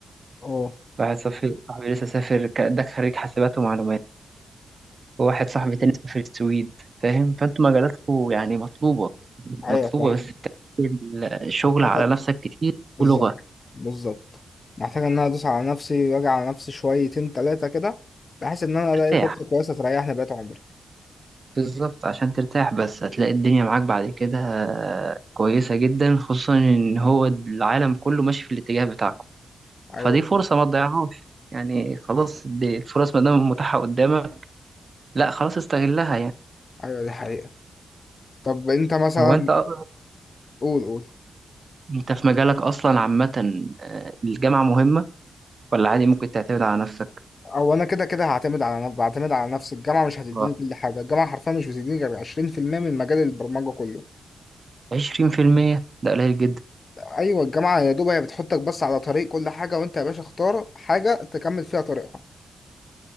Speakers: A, on the left; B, on the right.
A: اه
B: واحد صاحبي صاحبي لسه سافر ك- ده خريج حاسبات ومعلومات وواحد صاحبي تاني سافر السويد فاهم فانتوا مجالاتكم يعني مطلوبة
A: ايوه
B: مطلوبة
A: صح
B: بس بتعمل شغل
A: محتاجة
B: على نفسك كتير
A: بالظبط
B: ولغة
A: بالظبط محتاجة ان انا ادوس على نفسي واجي على نفسي شويتين تلاتة كده بحيث ان انا
B: ترتاح
A: الاقي فرصة كويسة تريحني بقيت عمري
B: بالظبط عشان ترتاح بس هتلاقي الدنيا معاك بعد كده كويسة جدا خصوصا إن هو العالم كله ماشي في الاتجاه بتاعكم
A: ايوه
B: فدي فرصة ما تضيعهاش يعني خلاص دي الفرص ما دام متاحة قدامك لا خلاص استغلها يعني
A: ايوه دي حقيقة طب انت مثلا
B: هو أنت أ-
A: قول قول
B: أنت في مجالك أصلا عامة آه، الجامعة مهمة ولا عادي ممكن تعتمد على نفسك؟
A: او انا كده كده هعتمد على نفسي بعتمد على نفسي الجامعة مش هتديني
B: آه،
A: كل حاجة الجامعة حرفيا مش بتديني غير 20% من مجال البرمجة كله
B: عشرين في المية ده قليل جدا
A: ايوه الجامعة يا دوب هي بتحطك بس على طريق كل حاجة وانت يا باشا اختار حاجة تكمل فيها طريقها